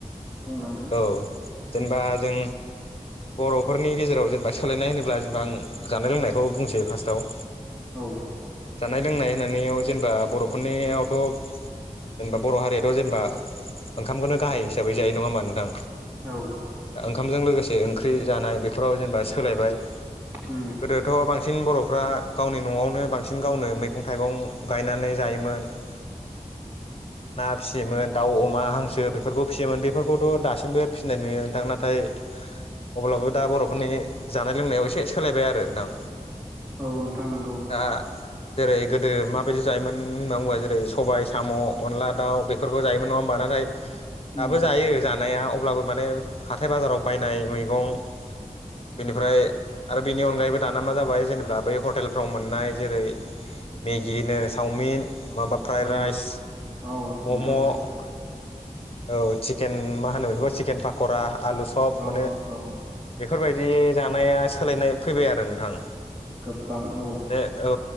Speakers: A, on the right (about 15°); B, on the left (about 45°).
A: बुंलांदो
B: औ जेनेबा। जों बर'फोरनि गेजेराव। जेनेबा सोलायनाय होनोब्ला जेनबा आं जानाय-लोंनायखौ बुंसै फार्स्टआव।
A: औ
B: जानाय-लोंनाय होननानै जेनेबा बर'फोरनियावथ'। जेनेबा बर' हारियाथ' जेनेबा ओंखामखौनो गाहाय हिसाबै जायो नङा होमबा नोंथां?
A: औ
B: ओंखामजों लोगोसे ओंख्रि जानाय बेफोराव जेनेबा सोलायबाय।
A: उम
B: गोदोथ' बांसिन। बांसिन बर'फ्रा गावनि न'आवनो बांसिन गावनो मैगं-थाइगं गायनानै जायोमोन। <inaudible> ना फिसियोमोन दाउ, अमा, हांसो बेफोरखौ फिसियोमोन बेफोरखौथ' दासिमबो फिसिनाय नुयो नोंथां नाथाय। अब्लाबो दा बर'फोरनि जानाय-लोंनायाव एसे सोलायबाय आरो नोंथां।
A: नंगौ नोंथां नंगौ।
B: दा जेरै-गोदो माबायदि जायोमोन होनना बुङोबा जेरै-सबाय, साम', अनला, दाउ बे। बेफोरखौ जायोमोन नङा होमबा? नाथाय। दाबो
A: उम
B: जायो जानाया अब्लाबो माने हाथाइ-बाजाराव बायनाय मैगं। बेनिफ्राय आरो बेनि अनगायैबो दाना मा जाबाय जेनेबा बै हटेलफ्राव मोननाय जेरै- मेगिनो, सावमिन माबा फ्राइड
A: औ
B: राइस,
A: औ
B: मम'।
A: नंगौ
B: औ
A: नोंथां
B: चिकेन मा होनो बेखौ? चिकेन पाकरा आलु सब
A: औ
B: मोनो।
A: औ
B: बेफोरबायदि जानाया सोलायनाय फैबाय आरो नोंथां।
A: गोबां औ।
B: बे औ